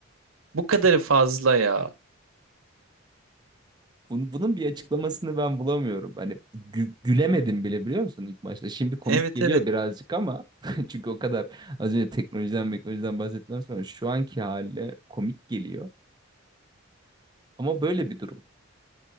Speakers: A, on the right; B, on the right.
A: Bu kadarı fazla ya.
B: Bun- Bunun bir açıklamasını ben bulamıyorum. Hani gü- gülemedim bile biliyor musun ilk başta. Şimdi komik
A: Evet
B: geliyor
A: evet.
B: birazcık ama <laughs> çünkü o kadar az önce teknolojiden teknolojiden bahsettikten sonra şu anki haliyle komik geliyor. Ama böyle bir durum.